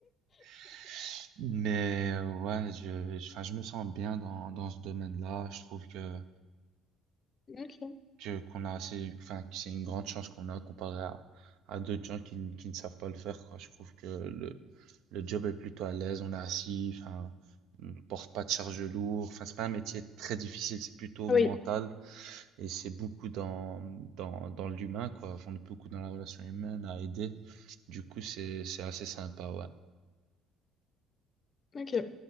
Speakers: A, on the right; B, on the left.
A: <laughs> Mais euh, ouais, je, je- enfin, je me sens bien dans, dans ce domaine-là. Je trouve que
B: Ok.
A: que- qu'on a assez, enfin, que c'est une grande chance qu'on a comparé à, à d'autres gens qui, qui ne savent pas le faire, quoi. Je trouve que le, le job est plutôt à l'aise, on est assis, enfin, on porte pas de charge lourde. Enfin, c'est pas un métier très difficile, c'est plutôt
B: Ah
A: mental
B: Oui,
A: et c'est beaucoup dans, dans, dans l'humain, quoi. Enfin, On est beaucoup dans la relation humaine à aider. Du coup, c'est, c'est assez sympa, ouais.
B: ok.